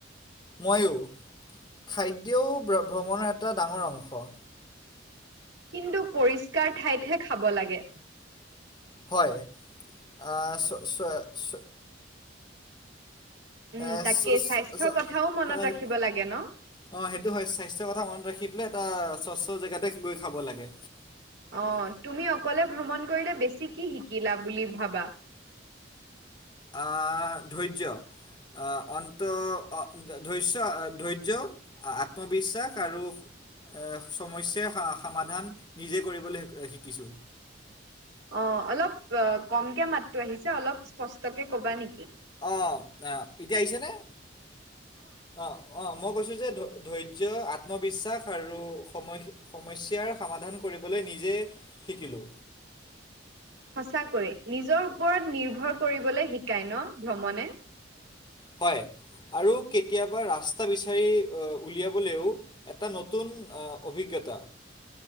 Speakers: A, on the left (about 25°); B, on the right (about 85°).
A: ময়ো খাদ্যও ভ্ৰমণৰ এটা ডাঙৰ অংশ
B: কিন্তু পৰিষ্কাৰ ঠাইতহে খাব লাগে
A: হয় আ চ চ চ
B: উম
A: এ
B: তাকে
A: চো
B: স্বাস্থ্যৰ
A: চা
B: কথাও মনত
A: হেত
B: ৰাখিব লাগে ন।
A: অ সেইটো হয় স্বাস্থ্য কথা মনত ৰাখিপেলাই এটা স্বচ্ছ জেগাতে গৈ খাব লাগে
B: অ তুমি অকলে ভ্ৰমণ কৰিলে বেছি কি শিকিলা বুলি ভাবা
A: আহ ধৈৰ্য আ অন্ত ধৈশ্য ধৈৰ্য্য আত্মবিশ্বাস আৰু আ সমস্যা সামাধান নিজে কৰিবলৈ শিকিছোঁ।
B: অ অলপ কমকে মাতটো আহিছে অলপ স্পষ্টকে ক'বা নেকি?
A: অ এতিয়া আহিছে নে? অ অ মই কৈছো যে ধৈ ধৈ ৰ্য্য আত্মবিশ্বাস আৰু সম সমস্যাৰ সমাধান কৰিবলৈ নিজে শিকিলো।
B: সঁচাকৈয়ে নিজৰ ওপৰত নিৰ্ভৰ কৰিবলৈ শিকায় ন ভ্ৰমণে।
A: হয় আৰু কেতিয়াবা ৰাস্তা বিচাৰি অ উলিয়াবলৈও এটা নতুন আ অভিজ্ঞতা।